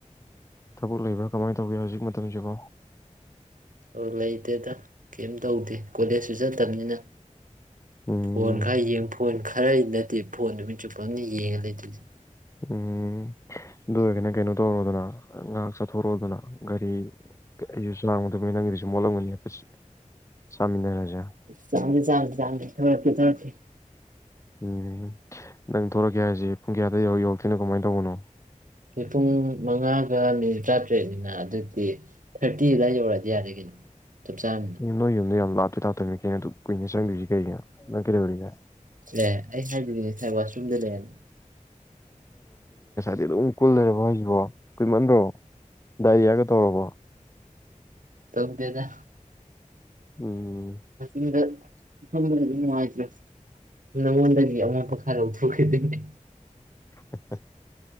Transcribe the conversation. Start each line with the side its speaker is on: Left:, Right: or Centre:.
Left: ꯊꯕꯛ ꯂꯩꯕ꯭ꯔꯥ ꯀꯃꯥꯏꯅ ꯇꯧꯒꯦ ꯍꯧꯖꯤꯛ ꯃꯇꯝꯁꯤꯕꯣ
Right: ꯑ ꯂꯩꯇꯦꯗ ꯀꯩꯝ ꯇꯧꯗꯦ ꯀꯣꯂꯦꯖꯁꯨ ꯆꯠꯇꯕꯅꯤꯅ
Left: ꯎꯝ
Right: ꯐꯣꯟ ꯈꯔ ꯌꯦꯡ ꯐꯣꯟ ꯈ ꯈꯔ ꯑꯩ ꯅꯠꯇꯦ ꯐꯣꯟ ꯅꯨ ꯃꯤ ꯆꯨꯞꯄ ꯑꯃꯅ ꯌꯦꯡꯉ ꯂꯩꯇꯣꯏꯔꯤꯁꯦ
Left: ꯎꯝ ꯑꯗꯨ ꯑꯣꯏꯔꯒꯅ ꯀꯩꯅꯣ ꯇꯧꯔꯣꯗꯅ ꯉꯥꯏꯍꯥꯛ ꯆꯠꯊꯣꯔꯣꯗꯅ ꯒꯥꯔꯤ ꯑꯩꯁꯨ ꯂꯥꯡꯒꯗꯕꯅꯤ ꯅꯪꯒꯤꯁꯨ ꯃꯣꯠꯂꯝꯒꯅꯤ ꯍꯥꯏꯐꯠ ꯆꯥꯃꯤꯟꯅꯔꯁꯦ
Right: ꯆꯥꯡꯅꯤ ꯆꯥꯡ ꯆꯥꯡꯂ ꯊꯀꯤꯦ ꯊꯈꯤꯦ
Left: ꯎꯝ ꯅꯪ ꯊꯂꯛꯀꯦ ꯍꯥꯏꯁꯤꯦ ꯄꯨꯡ ꯀꯌꯥꯗ ꯌꯧꯔ ꯌꯧꯔꯛꯇꯣꯏꯅꯣ ꯀꯃꯥꯏꯅ ꯇꯧꯕꯅꯣ
Right: ꯑ ꯄꯨꯡ ꯃꯉꯥꯒ ꯃꯤꯅꯤꯠ ꯇꯥꯇ ꯇꯦꯠꯅꯤꯅ ꯑꯗꯨꯗꯤ ꯊꯥꯔꯇꯤꯗ ꯌꯧꯔꯛꯑꯗꯤ ꯌꯥꯔꯦ ꯀꯩꯅꯣ ꯆꯞ ꯆꯥꯕꯅꯤꯅ
Left: ꯏ ꯅ ꯌ ꯌꯥꯝ ꯂꯥꯞꯇꯣꯏ ꯂꯥꯞꯇꯣꯏꯅꯤ ꯀꯩꯅꯣ ꯀꯨꯏꯅ ꯆꯪꯗꯣꯏꯁꯤ ꯀꯒꯤꯅꯣ ꯅꯪ ꯀꯩꯗꯧꯔꯤꯒꯦ
Right: ꯑꯦ ꯑꯩ ꯍꯥꯏꯖꯗꯤꯅꯦ ꯉꯁꯥꯏ ꯋꯥꯁꯔꯨꯝꯗ ꯂꯩꯔꯅ
Left: ꯆꯦ ꯑꯗꯨꯝ ꯀꯨꯜ ꯂꯩꯔꯕ ꯍꯥꯏꯁꯤꯕꯣ ꯀꯨꯏꯃꯟꯗ꯭ꯔꯣ ꯗꯥꯏꯔꯤꯌꯥꯒ ꯇꯧꯔꯕꯣ
Right: ꯇꯞ ꯗꯦꯗꯥ
Left: ꯎꯝ
Right: ꯎꯝꯗ ꯑꯗꯨꯝ ꯅꯨꯡꯉꯥꯏꯇ꯭ꯔꯣ ꯅꯉꯣꯟꯗꯒꯤ ꯑꯃꯣꯠꯞꯄ ꯈꯔ ꯎꯊꯣꯛꯈꯤꯗꯣꯏꯅꯦ
Left: <unintelligible>